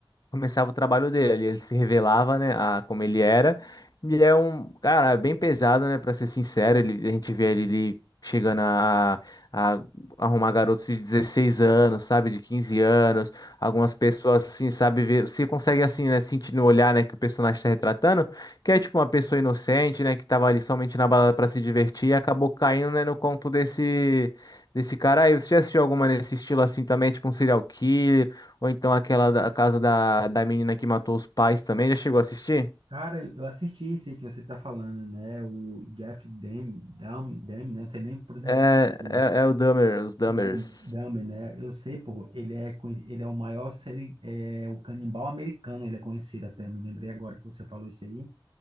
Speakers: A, on the left; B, on the right.
A: começava o trabalho dele, ele se revelava, né, a como ele era. Ele é um cara é bem pesado, né, para ser sincero, ele, a gente vê ele, ele chegando a, a arrumar garotos de 16 anos, sabe, de 15 anos, algumas pessoas assim, sabe, ver, você consegue assim, né, sentir no olhar, né, que o personagem está retratando, que é tipo uma pessoa inocente, né, que tava ali somente na balada para se divertir e acabou caindo, né, no conto desse desse cara aí. Você já assistiu alguma nesse estilo assim também, tipo um serial killer? Ou então aquela da a casa da, da menina que matou os pais também. Já chegou a assistir?
B: Cara, eu eu assisti esse aí que você tá falando, né? O Jeff Dam, Dam, Dam, né? Não sei nem pronunciar.
A: É,
B: dele.
A: é, é o Dahmer, os Dahmers.
B: Dam, Dam, né? Eu sei, pô, ele é, conhe- ele é o maior seri, é, o canibal americano, ele é conhecido até, me lembrei agora que você falou isso aí.